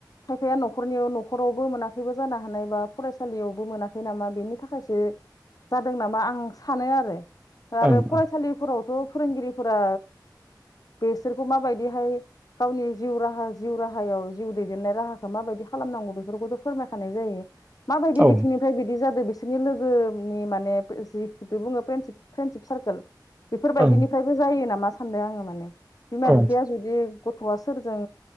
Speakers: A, on the left (about 55°); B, on the right (about 20°).
A: खायफाया न'खरनियाव न'खरावबो मोनाखैबो जानो हानाय बा फरायसालियावबो मोनाखै नामा बेनि थाखायसो जादों नामा आं सानो आरो आरो
B: ओं
A: फरायसालिफोराव
B: ओं
A: थ' फोरोंगिरिफोरा बेसोरखौ माबायदिहाय गावनि जिउ राहा जिउ राह राहायाव जिउ दैदेननाय राहाखौ माबायदि खालामनांगौ बेखौ बेफोरखौथ' फोरमायखानाय जायो माबायदि
B: औ
A: बिथिंनिफ्राय बिदि जादो बिस बिसोरनि लोगोनि माने जिखौथ बुङो प्रेन्डसिप फ्रेन्डसिप सार्कोल बेफोरबायदिनिफ्रायबो
B: ओं
A: जायो नामा सानदों आङो माने बिमा
B: औ
A: बिफाया जुदि गथ थ'वा सोरजों